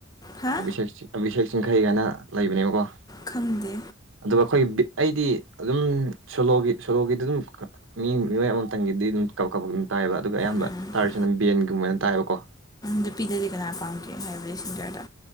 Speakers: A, on the left (about 20°); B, on the right (about 85°).
A: ꯍꯥ
B: ꯑꯕꯤꯦꯛ ꯑꯕꯤꯁꯦꯛ ꯆꯤꯡꯈꯩ ꯀꯥꯏꯅ ꯂꯩꯕꯅꯦꯕꯀꯣ
A: ꯈꯪꯗꯦ
B: ꯑꯗꯨꯒ ꯑꯩꯈꯣꯏꯒꯤꯕꯤ ꯑꯩꯗꯤ ꯑꯗꯨꯝ ꯁꯣꯂꯣꯒꯤ ꯁꯣꯂꯣꯒꯤꯗꯤ ꯑꯗꯨꯝ ꯃꯤ ꯃꯤꯑꯣꯏ ꯑꯃꯇꯪꯒꯤꯗꯤ ꯑꯗꯨꯝ ꯀ ꯀꯄꯛ ꯑꯗꯨꯝ ꯇꯥꯏꯑꯕ ꯑꯗꯨꯒ ꯑꯌꯥꯝꯕ
A: ꯎꯝ
B: ꯇꯥꯔꯤꯁꯤꯅ ꯕꯦꯟꯒꯨꯝꯕꯅ ꯇꯥꯏꯑꯕꯀꯣ
A: ꯅꯨꯄꯤꯗꯗꯤ ꯀꯅꯥ ꯄꯥꯝꯒꯦ ꯍꯥꯏꯕꯗꯨ ꯁꯤꯟꯖꯌꯥꯗ